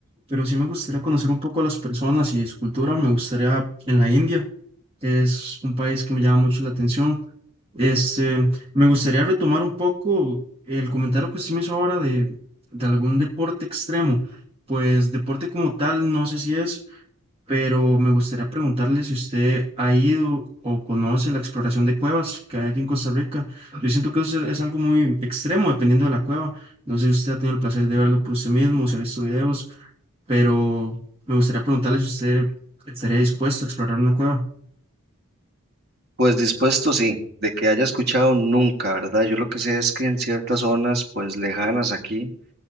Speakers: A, on the right; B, on the right.
A: pero sí me gustaría conocer un poco a las personas y su cultura. Me gustaría en la India. Es un país que me llama mucho la atención. Este, me gustaría retomar un poco el comentario que usted me hizo ahora de, de algún deporte extremo. Pues deporte como tal, no sé si es, pero me gustaría preguntarle si usted ha ido o conoce la exploración de cuevas que hay aquí en Costa Rica. Yo siento que eso es algo muy extremo dependiendo de la cueva. No sé si usted ha tenido el placer de verlo por usted mismo, si ha visto videos, pero me gustaría preguntarle si usted estaría dispuesto a explorar una cueva.
B: Pues dispuesto, sí, de que haya escuchado nunca, ¿verdad? Yo lo que sé es que en ciertas zonas, pues lejanas aquí,